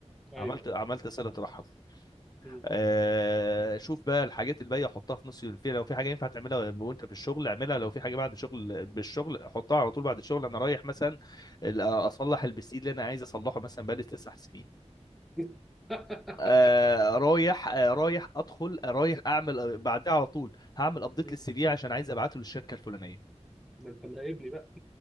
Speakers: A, in the centre; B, on the left.
A: ايوه
B: عملت
A: ايوه
B: عملت صلة رحم
A: مم.
B: آه، شوف بقى الحاجات الباقيه حطها في نص الفيلم لو في حاجه ينفع تعملها وانت في الشغل اعملها لو في حاجه بعد الشغل بالشغل حطها على طول بعد الشغل انا رايح مثلا ال- اصلح البسيل اللي انا عايز اصلحه مثلا بقالي تسع سنين
A: <laughs>
B: آه رايح آه رايح ادخل آه رايح اعمل آه، بعدها على طول هعمل ابديت
A: مم.
B: للسي في عشان عايز ابعته للشركه الفلانيه
A: ده انت مراقبني بقى